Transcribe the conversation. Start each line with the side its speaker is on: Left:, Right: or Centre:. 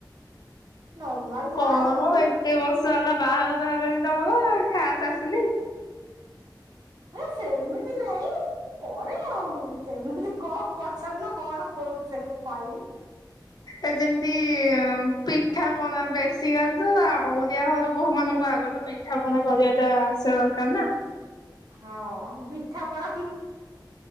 Right: ନର୍ମାଲ
Left: କଣ
Right: ଯାହା ହଉଛି
Left: ମ ଏତେ ବର୍ଷ ହେଲା ବାହାଘର ହେଲାଣିି ତମର ଖାସ ଆସିନି।
Right: ଏ ସେମିତି ନାଇଁ। କରେ ଆଉ ସେମିତି କଣ ପଚାରୁନ କଣ କୋଉ ବିଷୟରେ ମୁଁ କହିବି।
Left: ଏ ଯେମିତି ଅ ପିଠାପଣା ବେଶିକାଲି ତ ଓଡ଼ିଆ ଘର ବୋହୁମାନଙ୍କୁ ଆଗ ତ ପିଠାପଣା କରିବାଟା ଆସିବା ଦରକାର ନା।
Right: ହଁ ପିଠାପଣା।